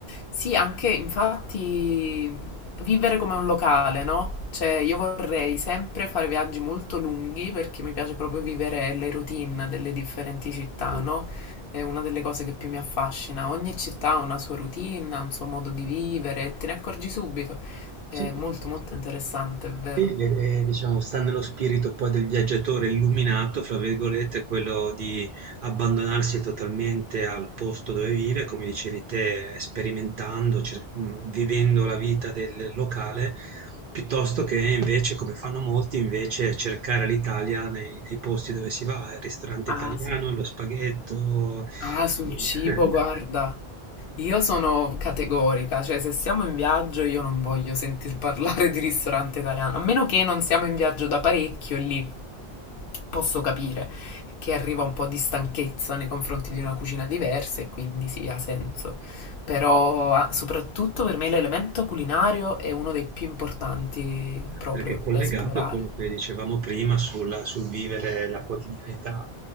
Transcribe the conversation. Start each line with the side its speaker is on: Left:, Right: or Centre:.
Left: Sì, anche infatti vivere come un locale, no? Cioè, io vorrei sempre fare viaggi molto lunghi perché mi piace proprio vivere le routine delle differenti città,
Right: Mh.
Left: no? È una delle cose che più mi affascina. Ogni città ha una sua routine, ha un suo modo di vivere, te ne accorgi subito.
Right: Sì.
Left: È molto molto interessante, è vero.
Right: Sì, eh, diciamo, sta nello spirito poi del viaggiatore illuminato, fra virgolette, quello di abbandonarsi totalmente al posto dove vive, come dicevi te, sperimentando, cer- mh, vivendo la vita del locale, piuttosto che invece, come fanno molti, invece cercare l'Italia nei, nei posti dove si va, il ristorante
Left: Ah,
Right: italiano,
Left: sì.
Right: lo spaghetto.
Left: Ah, sul
Right: eh.
Left: cibo,
Right: <laughs>
Left: guarda. Io sono categorica, cioè se siamo in viaggio io non voglio sentir parlare di ristorante italiano, a meno che non siamo in viaggio da parecchio, lì posso capire che arriva un po' di stanchezza nei confronti di una cucina diversa e quindi sì, ha senso. Però ah, soprattutto per me l'elemento culinario è uno dei più importanti proprio
Right: perché è collegato
Left: da esplorare.
Right: a quello che dicevamo prima sulla- sul vivere la quotidianità.